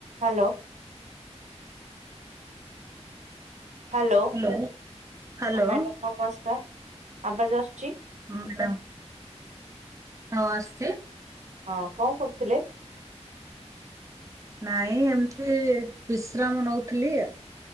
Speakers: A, on the right (about 80°); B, on the right (about 25°).
A: Hello. Hello
B: hello
A: ହଁ
B: hello
A: madam ନମସ୍କାର ଆବାଜ ଆସୁଛି?
B: ହଁ ମ୍ୟାଡ଼ମ୍ ହଁ ଆସଚି।
A: ହଁ କଣ କରୁଥିଲେ?
B: ନାଇଁ ଏମିତି ବିଶ୍ରାମ ନଉଥିଲି ଆଉ।